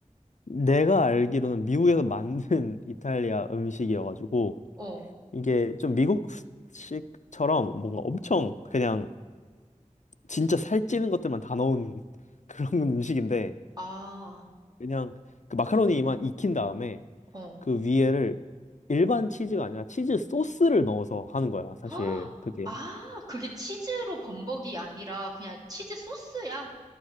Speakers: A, on the left; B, on the right.
A: 내가 알기로는 미국에서 만든 <laughs> 이탈리아 음식이어가지고
B: 어.
A: 이게 좀 미국식처럼 뭔가 엄청 그냥 진짜 살찌는 것들만 다 넣은 <laughs> 그런 음식인데
B: 아,
A: 그냥 그 마카로니만 익힌 다음에
B: 어.
A: 그 위에를 일반 치즈가 아니라 치즈 소스를 넣어서 하는 거야, 사실.
B: 헉!
A: 그게
B: 아, 그게 치즈로 범벅이 아니라 그냥 치즈 소스야?